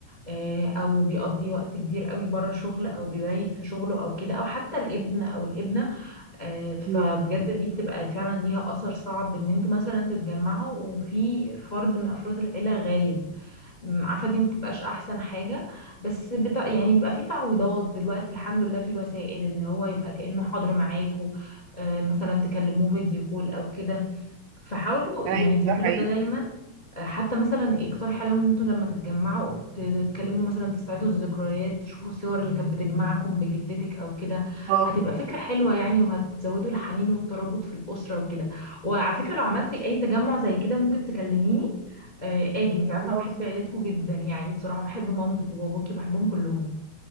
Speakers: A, on the left (about 65°); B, on the right (about 80°).
A: آه، او بيقضي وقت كبير قوي بره شغل او بيبيت في شغله او كده او حتى الابن او الابنه آه، فبجد
B: مم.
A: دي بتبقى فعلا ليها أثر صعب إن انتوا مثلا تتجمعوا وفي فرد من أفراد العيلة غايب م، عارفة دي مبتبقاش أحسن حاجة بس بتا... يعني بيبقى في تعويضات دلوقتي الحمد لله في وسائل إن هو يبقى كأنه حاضر معاكوا آه، مثلا تكلموه فيديو كول أو كده فحاولوا
B: ايوه
A: يعني تعملوا
B: ده حقيقي
A: ده دايما آه، حتى مثلا اقترح عليهم ان انتوا لما تتجمعوا ت- تتكلموا مثلا تستعيدوا الذكريات تشوفوا الصور اللي كانت بتجمعكم بجدتك او كده
B: اه
A: هتبقى فكرة حلوة يعني وهتزودوا الحنين والترابط في الأسرة وكده وعلى فكرة لو عملتي اي تجمع زي كده ممكن تكلميني آه، اجي انت عارفة
B: خلاص
A: أنا بحب عيلتكم جدا يعني بصراحة بحب مامتك وباباكي بحبهم كلهم